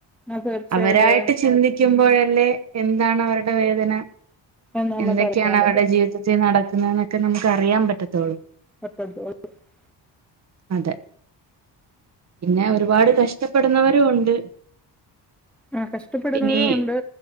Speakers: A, in the centre; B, on the right.
A: അത് തീർച്ചയായിട്ടും
B: അവരായിട്ട് ചിന്തിക്കുമ്പോഴല്ലേ എന്താണ് അവരുടെ വേദന
A: എന്ന് നമുക്ക്
B: എന്തൊക്കെയാണ്
A: അറിയാൻ
B: അവരുടെ
A: പറ്റും
B: ജീവിതത്തിൽ നടക്കുന്ന എന്നൊക്കെ നമ്മ ന അറിയൻ പറ്റത്തൊുള്ളൂ
A: പത്ത അ <unintelligible>
B: അതെ പിന്നെ ഒരുപാട് കഷ ഇഷ്ടപ്പെടുന്നവരും ഉണ്ട്
A: ആ കഷ്ടപ്പെടുന്നവരും
B: പിന്നെ
A: ഉണ്ട്